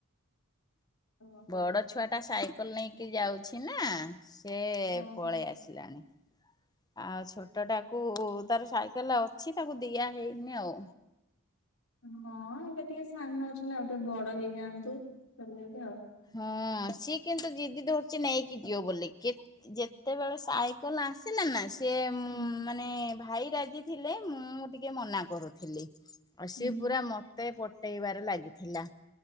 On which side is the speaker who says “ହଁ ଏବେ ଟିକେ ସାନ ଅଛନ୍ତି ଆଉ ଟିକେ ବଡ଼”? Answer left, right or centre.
Left